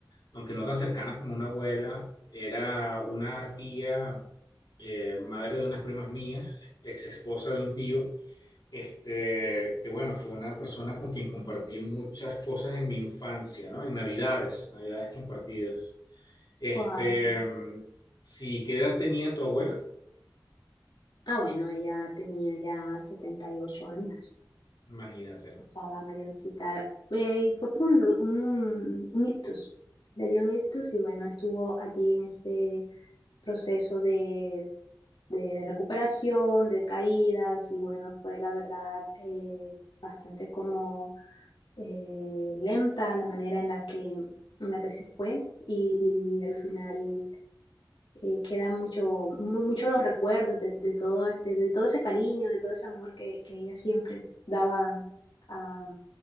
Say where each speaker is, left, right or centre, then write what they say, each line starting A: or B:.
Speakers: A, on the left; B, on the left.
A: aunque no tan cercana como una abuela, era una tía, eh, madre de unas primas mías, ex esposa de un tío, este, que bueno, fue una persona con quien compartí muchas cosas en mi infancia, ¿no? En Navidades, Navidades compartidas. Este,
B: Wow,
A: mm, sí, ¿qué edad tenía tu abuela?
B: Ah, bueno, ella tenía ya 78 años.
A: Imagínate. ¿no?
B: estaba mayorcita. Eh, y fue por un, lu- un, un ictus. Le dio un ictus y bueno, estuvo allí en ese proceso de, de, de recuperación, de caídas y bueno, fue la verdad eh, bastante como eh, lenta la manera en la que, en la que se fue y al final eh, quedan mucho, mu- mucho los recuerdos de, de todo, de, de todo ese cariño, de todo ese amor que, que ella siempre daba a,